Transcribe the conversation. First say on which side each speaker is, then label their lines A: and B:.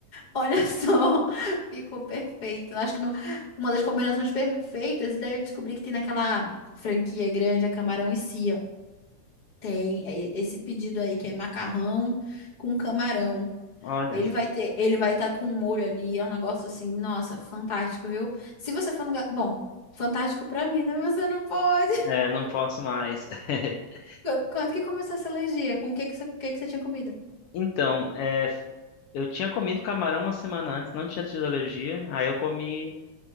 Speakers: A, on the left (about 20°); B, on the left (about 85°).
A: Olha só, <laughs> ficou perfeito. Acho que não- uma das combinações perfeitas. E daí eu descobri que tem naquela franquia grande, a camarão e cia. Tem é, esse pedido aí que é macarrão com camarão.
B: Olha,
A: Ele vai ter, ele vai estar com um molho ali, é um negócio assim, nossa, fantástico, viu? Se você for no lugar, bom, fantástico pra mim, né? Você não pode. <laughs>
B: é, não posso mais. <laughs>
A: Quando, quando que começou essa alergia? Com o que que você, o que que você tinha comido?
B: Então, é, eu tinha comido camarão uma semana antes, não tinha tido alergia. Aí eu comi